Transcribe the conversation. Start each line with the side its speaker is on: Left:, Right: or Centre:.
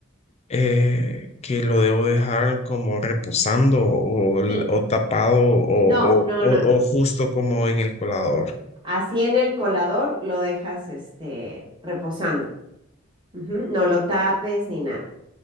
Left: eh, que lo debo dejar como reposando o, l-
Right: Sí,
Left: o tapado o,
Right: No, no,
Left: o- o-
Right: no, no.
Left: o justo como en el colador.
Right: no. Así en el colador lo dejas este, reposando. Ujú, No lo tapes ni nada.